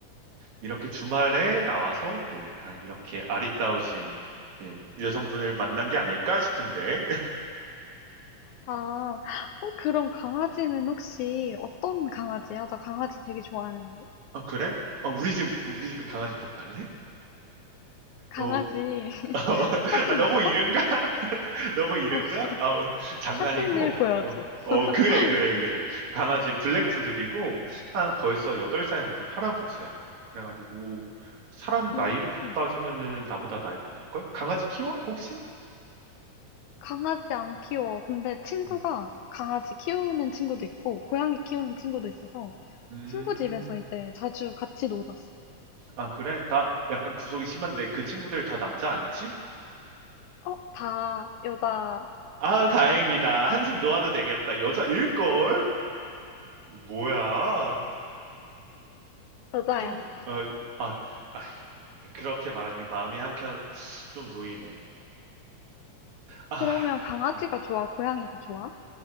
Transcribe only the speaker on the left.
아, 어, 그럼 강아지는 혹시 어떤 강아지야? 나 강아지 되게 좋아하는데.
강아지
<laughs>
사진
있어?
어,
사진을 보여줘.
음,
음,
강아지 안 키워. 근데 친구가
강아지 키우는 친구도 있고, 고양이 키우는 친구도 있어서
친구 집에서 이제 자주 같이 놀았어.
어, 다 여자일걸?
여자야.
그러면 강아지가
좋아? 고양이가 좋아?